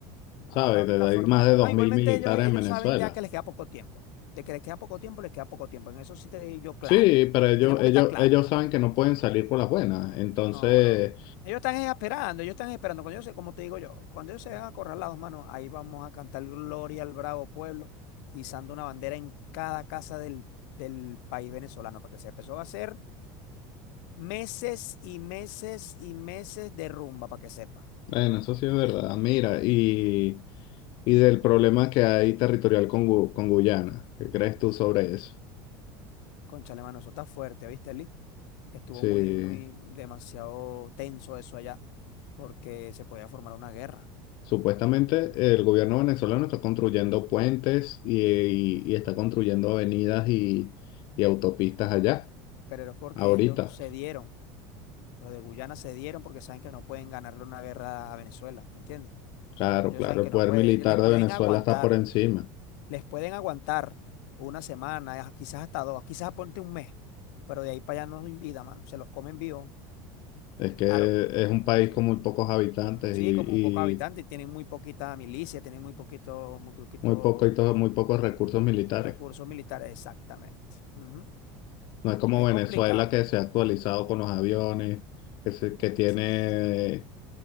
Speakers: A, on the left; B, on the left.
A: ¿sabes?
B: ah la única
A: De- Hay
B: forma...
A: más de
B: No,
A: 2.000
B: igualmente
A: militares
B: ellos, ellos
A: en Venezuela.
B: saben ya que les queda poco tiempo. De que les queda poco tiempo, les queda poco tiempo. En eso sí te digo yo claro.
A: Sí, pero ellos,
B: Tenemos
A: ellos,
B: que estar claros.
A: ellos saben que no pueden salir por las buenas. Entonces,
B: No, no. Ellos están esperando, ellos están esperando. Cuando ellos se, como te digo yo, cuando ellos se van a correr las dos manos ahí vamos a cantar Gloria al Bravo Pueblo, izando una bandera en cada casa del, del país venezolano, para que se empezó a hacer meses y meses y meses de rumba, para que sepa.
A: bueno, eso sí es
B: <clears throat>
A: verdad. Mira, y, y del problema que hay territorial con, Gu- con Guyana. ¿Qué crees tú sobre eso?
B: Cónchale, mano, eso está fuerte, ¿viste, Eli? estuvo
A: Sí.
B: muy, muy demasiado tenso eso allá, porque se podía formar una guerra.
A: Supuestamente el gobierno venezolano está construyendo puentes y, y- y está construyendo avenidas y, y autopistas allá,
B: Pero es porque
A: ahorita.
B: ellos cedieron, los de Guyana cedieron porque saben que no pueden ganarle una guerra a Venezuela, ¿me entiendes?
A: Claro,
B: Ellos
A: claro,
B: saben que
A: el poder
B: no pueden,
A: militar
B: ellos les pueden
A: de Venezuela
B: aguantar,
A: está por encima.
B: les pueden aguantar una semana, quizás hasta dos, quizás ponte un mes, pero de ahí para allá no hay vida, mano, se los comen vivos,
A: Es que
B: claro.
A: es un país con muy pocos habitantes
B: Sí,
A: y,
B: como un poco habitantes,
A: y
B: tienen muy poquita milicia, tienen muy poquito, muy poquito
A: muy poco, y todo- muy pocos recursos militares.
B: recursos militares, exactamente. Ujú.
A: No es como
B: Es
A: Venezuela
B: complicado.
A: que se ha actualizado con los aviones, que, se- que tiene
B: Sí,